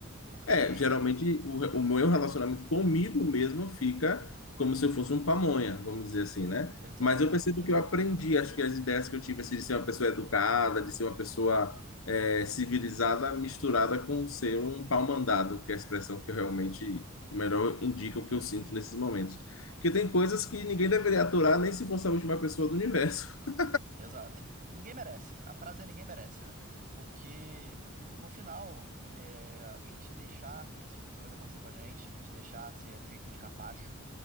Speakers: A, on the right; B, on the left.
A: Porque.
B: É, geralmente o, re- o meu relacionamento comigo mesmo fica como se eu fosse um pamonha, vamos dizer assim, né?
A: Exato,
B: Mas eu percebo
A: exato.
B: que eu aprendi, acho que as ideias que eu tive, assim, de ser uma pessoa educada, de ser uma pessoa é, civilizada, misturada com ser um pau-mandado, que é a expressão que eu realmente melhor indica o que eu sinto nesses momentos. Porque tem coisas que ninguém deveria aturar, nem se fosse a última pessoa do universo. <laughs>
A: Exato. E ninguém merece. A frase é ninguém merece, né? Porque no final, é, a gente deixar esse tipo de coisa acontecer com a gente, a gente deixar ser feito de capacho,